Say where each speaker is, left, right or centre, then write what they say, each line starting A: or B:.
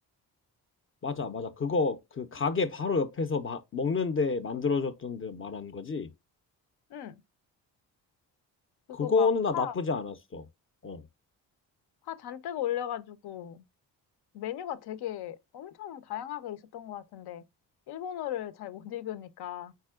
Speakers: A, on the left; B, on the left.
A: 맞아, 맞아. 그거, 그 가게 바로 옆에서 마- 먹는데 만들어줬던데 말한 거지?
B: 응, 그거
A: 그거는
B: 막
A: 나
B: 파,
A: 나쁘지 않았어. 어.
B: 파 잔뜩 올려가지고 메뉴가 되게 엄청 다양하게 있었던 것 같은데 일본어를 잘 못 읽으니까